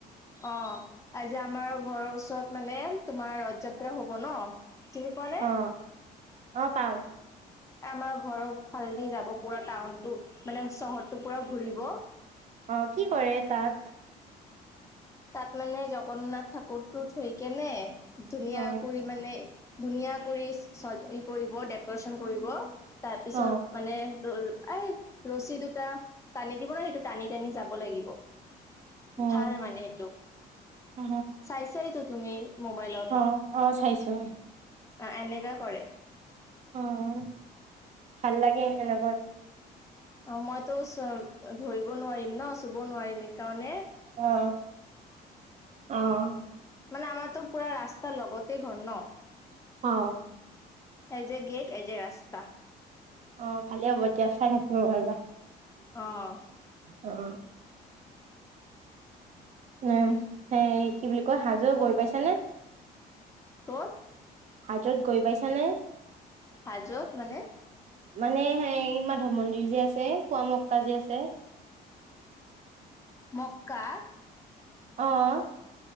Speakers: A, on the left; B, on the right.
A: অ' আজি আমাৰ ঘৰৰ ওচৰত মানে তোমাৰ ৰথ যাত্ৰা হব ন চিনি পোৱা নে
B: অ, অ পাওঁ।
A: আমাৰ ঘৰৰ ওফালদি যাব পুৰা টাউনটো মানে চহৰটো পুৰা ঘূৰিব।
B: অ কি কৰে তাত?
A: তাত মানে জগন্নাথ ঠাকুৰটো থৈ কেনে ধুনীয়া
B: অ
A: কৰি মানে ধুনীয়া কৰি চকজৰিব ডেকৰেচন কৰিব। তাৰপিছত
B: অ
A: মানে টোৰ এ ৰছী দুটা টানি দিব ন সেইটো টানি টানি যাব লাগিব,
B: অ
A: ভাল মানে।
B: অ
A: চাইছাইটো তুমি মোবাইলত।
B: অ অ চাইছো
A: অ এনেকা কৰে।
B: অ', ভাল লাগে এনেকুৱাত
A: অ মইতো ধৰিব নোৱাৰিম ন চুব নোৱাৰিম এইকাৰণে
B: অ, অ'
A: মানে আমাৰতো পুৰা ৰাস্তাৰ লগতে ঘৰ ন।
B: অ'
A: এজে এ গেট এজে এ ৰাস্তা।
B: অ ভালে হ'ব এতিয়া চাই থাকিব পাৰবা।
A: অ'
B: অ' উম, সেই কি বুলি কয় হাজো গৈ পাইছা নে?
A: ক'ত?
B: হাজত গৈ পাইছা নে?
A: হাজোত মানে?
B: মানে সেই মাধৱ মন্দিৰ যে আছে পুৱা মক্কা যে আছে।
A: <inaudible> মক্কা
B: অ'।